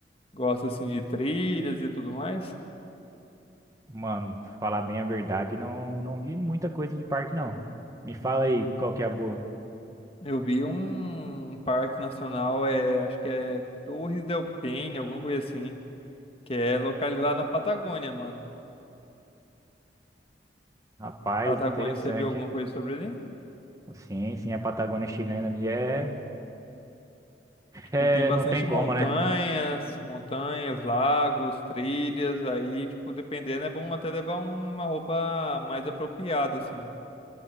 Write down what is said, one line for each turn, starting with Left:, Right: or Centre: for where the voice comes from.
Left: gosta assim de trilhas e tudo mais.
Right: Mano, pra falar bem a verdade, não, não vi muita coisa de parque, não. Me fala aí qual que é a boa.
Left: Eu vi um parque nacional, é, acho que é Torres del Paine, alguma coisa assim, que é localizado na Patagônia, mano.
Right: Rapaz,
Left: Patagônia,
Right: interessante.
Left: você viu alguma coisa sobre ele?
Right: Sim, sim, a Patagônia chilena ali é,
Left: Tipo,
Right: é,
Left: tem bastante
Right: não tem como,
Left: montanhas,
Right: né?
Left: montanhas, lagos, trilhas, aí, tipo, dependendo, é bom até levar uma roupa mais apropriada, assim.